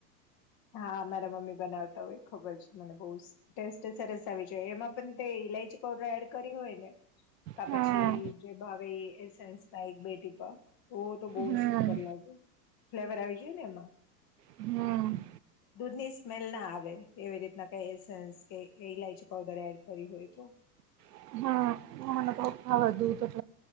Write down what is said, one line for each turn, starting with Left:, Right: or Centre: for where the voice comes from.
Left: હા મારા મમ્મી બનાવતા હોય ખબર છે મને બહુ ટેસ્ટ સરસ ત આવી જાય એમાં પણ તે ઈલાયચી પાવડર એડ કરી હોય ને કા
Right: હમ
Left: પછી જે ભાવે એસ એક બે ટીપા ઓ તો બહ
Right: હમ
Left: સુપર લાગે ફ્લેવર આવી જય ને એમાં.
Right: હમ
Left: દૂધની સ્મેલ ના આવે. એવી રીતના કઈ એસન્સ, કે એ ઇલાયચી પઉડર એડ કરી હોય તો?
Right: હા મને તો ભાવે દૂધ એક